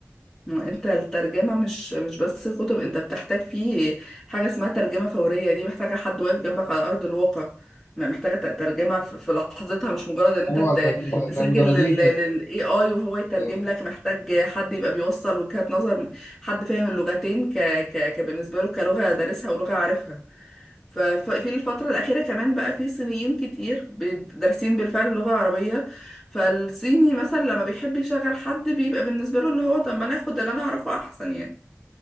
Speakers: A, in the centre; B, on the left.
A: ما انت الترجمة مش مش بس كتب انت بتحتاج فيه حاجة اسمها ترجمة فورية دي محتاجة حد واقف جنبك على أرض الواقع ما محتاجة ت- ترجمة في في لحظتها مش مجرد ان انت
B: هو
A: ت-
B: زي <laughs>
A: تسجل
B: زي مدربين
A: لل
B: كده
A: لل AI وهو يترجم
B: يعني
A: لك محتاج حد يبقى بيوصل وجهات نظر حد فاهم اللغتين ك ك كبالنسبة له كلغة دارسها ولغة عارفها ففي الفترة الأخيرة كمان بقى في صينيين كتير بي- دارسين بالفعل اللغة العربية فالصيني مثلا لما بيحب يشغل حد بيبقى بالنسبة له اللي هو طب ما أنا آخد اللي أنا أعرفه أحسن يعني